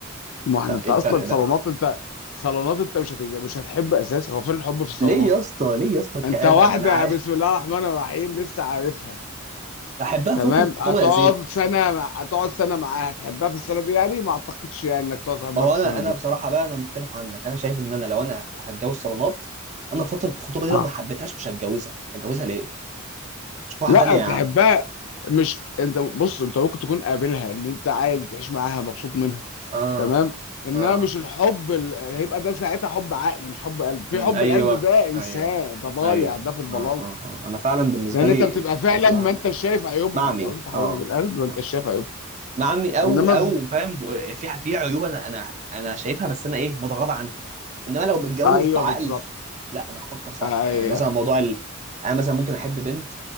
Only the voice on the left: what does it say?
ما احنا
انت اصلا
صالونات
انت صالونات انت مش هت... مش هتحب اساسا هو فين الحب في الصالونات
انت واحده
بسم الله الرحمن الرحيم لسه عارفها
تمام
هتقعد
سنة مع- هتقعد سنة معاها هتحبها في السنة دي يعني ما اعتقدش يعني انك تقعد تحبها
في السنة
دي
اه
لا
تحبها
مش انت بص انت ممكن تكون قابلها ان انت عادي تعيش معاها مبسوط منها
تمام انما
مش الحب ال... هيبقى ده ساعتها حب عقل مش حب قلب في
حب
القلب ده انساه
ده ضايع
ده في البلال
لان
انت بتبقى
فعلا
ما انت شايف عيوبها
لو انت حبيبها
بالقلب ما
انت شايف عيوبها
انما
في...
ايوه
بالظبط
ايوه